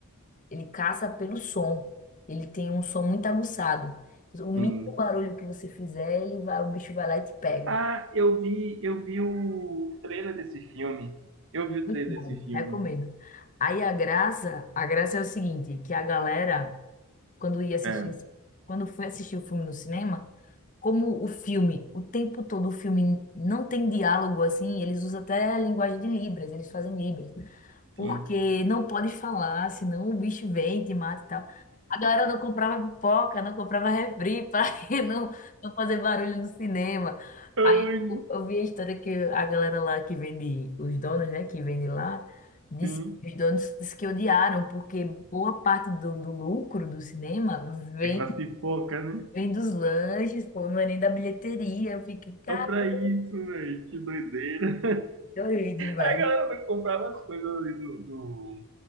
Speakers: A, on the left (about 35°); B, on the right (about 60°).
A: ele caça pelo som. Ele tem um som muito aguçado. O mínimo
B: Sim.
A: barulho que você fizer, ele vai, o bicho vai lá e te pega.
B: Ah, eu vi, eu vi o trailer desse filme. Eu vi o
A: Muito
B: trailer
A: bom,
B: desse filme.
A: recomendo. Aí a graça, a graça é o seguinte, que a galera, quando ia assistir,
B: É,
A: quando foi assistir o filme no cinema, como o filme, o tempo todo o filme não tem diálogo assim, eles usam até a linguagem de Libras, eles fazem Libras, porque
B: sim.
A: não pode falar, senão o bicho vem, te mata e tal. A galera não comprava pipoca, não comprava refri <laughs> para não, não fazer barulho no cinema.
B: Ai,
A: Aí eu eu vi a história que a galera lá que vende, os donos, né, que vende lá, disse,
B: sim.
A: os donos disse que odiaram, porque boa parte do, do lucro do cinema vem
B: É com as pipocas, né?
A: Vem dos lanches, pô, não é nem da bilheteria. Eu fiquei, caramba,
B: Só pra isso, velho. Que doideira.
A: eu ri demais.
B: Aí a galera não comprava as coisas ali do, do,